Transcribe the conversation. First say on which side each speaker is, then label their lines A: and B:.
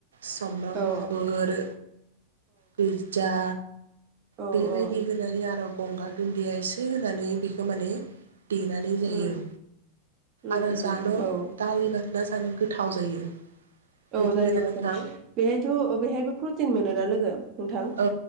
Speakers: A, on the right; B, on the right.
A: सामब्राम
B: औ
A: गुफुर पिज्जा
B: औ
A: बेबायदि
B: औ
A: होनानै आरो गंगार दुन्दिया एसे होनानै बेखौ माने देनानै
B: उम
A: जायो
B: उम
A: आरो
B: उम
A: जान'
B: औ
A: दालि बाथोना जानो गोथाव जायो
B: औ
A: मिथिबायना
B: दालि बाथोना
A: नोंथां
B: बेहायथ' बेहायबो प्रटिन मोनोना लोगो? नोंथां
A: औ